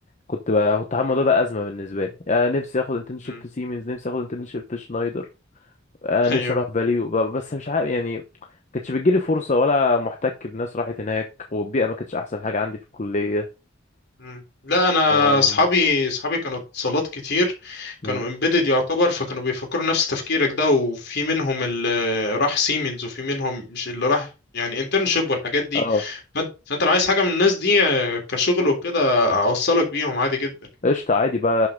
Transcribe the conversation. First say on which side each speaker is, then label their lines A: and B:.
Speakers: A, on the left; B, on the left.
A: كنت بقى كنت حاطط الموضوع
B: مم.
A: ده ازمه بالنسبه لي يعني نفسي اخد انترنشيب
B: مم.
A: في سيمنز نفسي اخد انترنشيب في شنايدر آه، نفسي
B: ايوه
A: اروح فاليو ب- بس مش عارف يعني كانتش بتجيلي فرصه ولا محتك بناس راحت هناك والبيئه ما كانتش احسن حاجه عندي في الكليه
B: مم. لا انا
A: اه
B: اصحابي اصحابي كانوا اتصالات كتير
A: مم.
B: كانوا امبيدد يعتبر فكانوا بيفكروا نفس تفكيرك ده وفي منهم اللي راح سيمنز وفي منهم مش اللي راح يعني انترنشيب والحاجات دي
A: اه
B: فانت فانت لو عايز حاجه من الناس دي آه، كشغل وكده اوصلك بيهم عادي جدا
A: قشطه عادي بقى